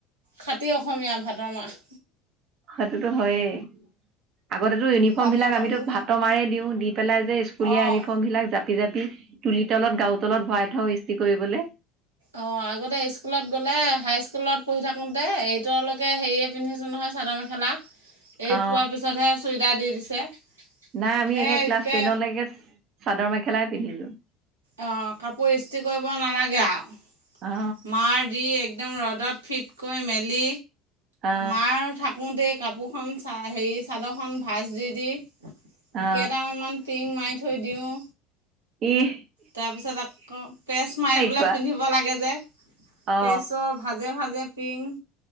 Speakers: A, on the right; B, on the right.
A: খাতি অসমীয়া ভাতৰ মাৰ।
B: সেইটোতো হয়েই। আগতেতো ইউনিফৰ্মবিলাক
A: পানী অকণ
B: আমিতো
A: দি
B: ভাতৰ মাৰে দিওঁ, দি পেলাই যে ইচ স্কুলীয়া
A: অঁ
B: ইউনিফৰ্মবিলাক জাপি - জাপি তুলি তলত গাৰু তলত ভৰাই থওঁ ইস্ত্ৰি কৰিবলৈ।
A: অ, আগতে স্কুলত গ'লে, হাইস্কুলত পঢ়ি থাকোঁতে, এইটৰলৈকে হেৰি পিন্ধিছোঁ নহয় চাদৰ-মেখেলা। এইট
B: অ
A: পোৱাৰ পিছতহে চুৰিদাৰ দি দিছে।
B: নাই, আমি
A: সেই
B: এই ক্লাছ
A: একে
B: টেনৰলৈকে চা চাদৰ-মেখেলাই পিন্ধিলো।
A: অ, কাপোৰ ইস্ত্ৰি কৰিব নালাগে আৰু।
B: অ
A: মাৰ দি একদম ৰ'দত ফিটকৈ মেলি,
B: অ
A: মাৰ থাকোঁতে কাপোৰখন চা হেৰি চাদৰখন ভাজ দি দি,
B: অ
A: কেইটামান পিন মাৰি থৈ দিওঁ।
B: ইহ!
A: তাৰপিছত আকৌ প্ৰেছ মাৰিবলৈ
B: থোৱা
A: পিন্ধিব লাগে যে। প্ৰেছৰ
B: অ
A: ভাজে ভাজে পিং